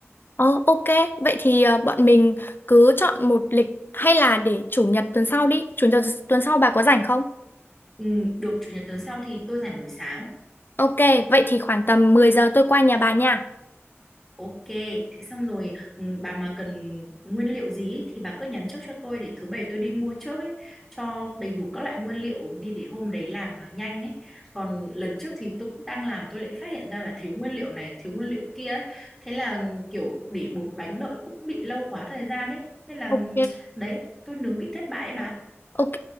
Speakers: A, on the left (about 45°); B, in the centre.
A: Ờ ok, vậy thì ờ, bọn mình cứ chọn một lịch hay là để chủ nhật tuần sau đi. Chủ nhật tuần sau bà có rảnh không?
B: Ừ, được chủ nhật tuần sau thì tôi rảnh buổi sáng.
A: Ok, vậy thì khoảng tầm 10 giờ tôi qua nhà bà nha.
B: Ok, thế xong rồi ừ, bà mà cần nguyên liệu gì ý, thì bà cứ nhắn trước cho tôi để thứ bảy tôi đi mua trước ấy cho đầy đủ các loại nguyên liệu đi để hôm đấy làm nó nhanh ấy. Còn lần trước thì tôi cứ đang làm tôi lại phát hiện ra là thiếu nguyên liệu này, thiếu nguyên liệu kia ấy. Thế là ừ, kiểu để bột bánh đợi cũng bị lâu quá thời gian ấy. Nên là ừ,
A: Ok.
B: đấy, tôi nướng bị thất bại ấy bà.
A: Ok,